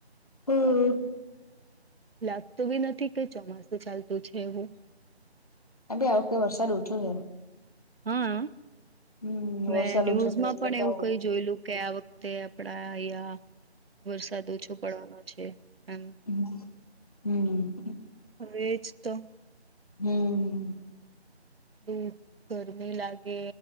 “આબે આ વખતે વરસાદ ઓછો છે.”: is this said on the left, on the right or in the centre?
Left